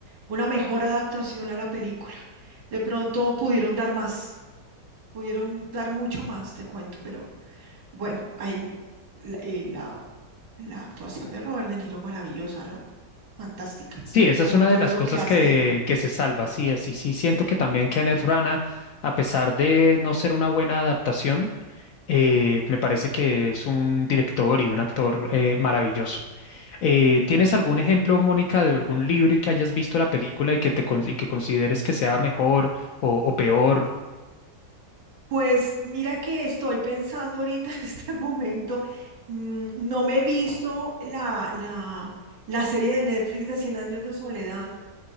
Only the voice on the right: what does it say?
una mejor adaptación a la película. De pronto pudieron dar más, pudieron dar mucho más, te cuento, pero bueno, hay m- la, eh, la- la actuación de Robert De Niro maravillosa, ¿no? Fantástica,
como
todo
lo
que hace
él.
Pues mira que estoy pensando ahorita <laughs> en este momento, mm, no me he visto la, la, la serie de Netflix de Cien años de soledad.